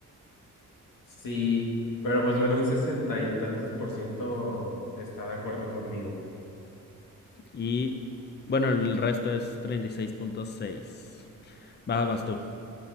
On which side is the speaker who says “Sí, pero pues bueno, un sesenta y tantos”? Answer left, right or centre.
Left